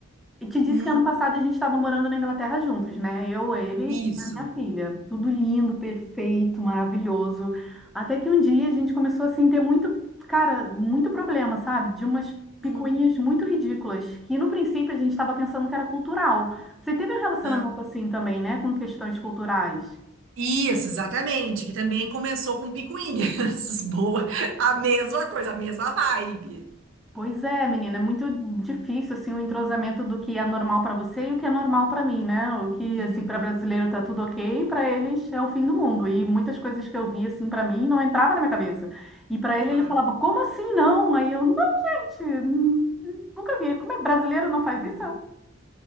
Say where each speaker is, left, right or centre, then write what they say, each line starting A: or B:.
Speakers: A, in the centre; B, on the right (about 65°).
A: E te disse
B: Hum,
A: que ano passado a gente estava morando na Inglaterra juntos, né? Eu, ele
B: isso.
A: e a minha filha. Tudo lindo, perfeito, maravilhoso. Até que um dia a gente começou assim, ter muito, cara, muito problema, sabe? De umas picuinhas
B: Hum,
A: muito ridículas, que no princípio a gente estava pensando que era cultural. Você teve um relacionamento
B: ah.
A: assim também, né? Com questões culturais.
B: Isso, exatamente. Que também começou com picuinhas. <laughs> Boa. A mesma coisa, a mesma vibe.
A: Pois é, menina, é muito difícil assim o entrosamento do que é normal para você e o que é normal para mim, né? O que
B: Uhum,
A: assim para brasileiro tá tudo OK, para eles é o fim do mundo. E muitas coisas que eu vi assim para mim não entrava na minha cabeça. E para
B: claro.
A: ele ele falava: "Como assim não?" Aí eu: "Não, gente, hum, hum, nunca vi. Como é brasileiro não faz
B: Uhum.
A: isso?"